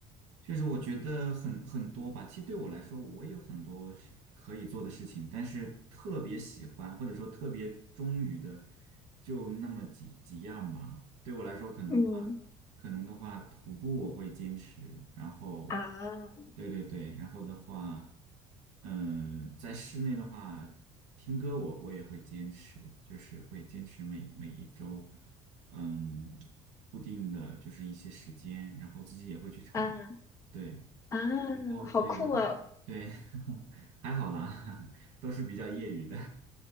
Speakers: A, on the right; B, on the left.
A: 就是我觉得很很多吧。其实对我来说，我也有很多是可以做的事情，但是特别喜欢或者说特别忠于的，就那么几几样吧。对我来说，可能话，
B: 嗯
A: 可能的话，徒步我会坚持，然后，
B: 啊，
A: 对对对，然后的话，嗯、在室内的话，听歌我我也会坚持，就是会坚持每每一周。嗯，固定的就是一些时间，然后自己也会去唱，
B: 啊。
A: 对，
B: 啊，
A: 然后对，
B: 好酷哦！
A: 然后对，<laughs> 还好啦，<laughs> 都是比较业余的，